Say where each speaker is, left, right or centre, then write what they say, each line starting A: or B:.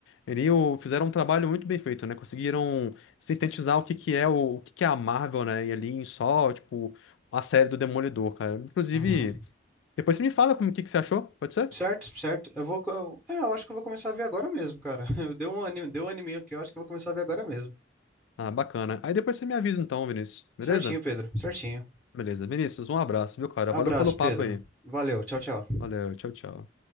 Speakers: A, on the left; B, in the centre.
A: Eles fizeram um trabalho muito bem feito, né? Conseguiram sintetizar o que que é o, o que que é a Marvel, né? E ali em só, tipo, a série do Demolidor, cara. Inclusive,
B: Uhum.
A: depois você me fala como que que você achou, pode ser?
B: Certo, certo. Eu vou, eu, é, eu acho que eu vou começar a ver agora mesmo, cara. <laughs> Deu um anime, deu um anime aqui, eu acho que eu vou começar a ver agora mesmo.
A: Ah, bacana. Aí depois você me avisa então, Vinícius. Beleza?
B: Certinho, Pedro. Certinho.
A: Beleza. Vinícius, um abraço, viu, cara?
B: Abraço,
A: Valeu pelo papo
B: Pedro.
A: aí.
B: Valeu, tchau, tchau.
A: Valeu, tchau, tchau.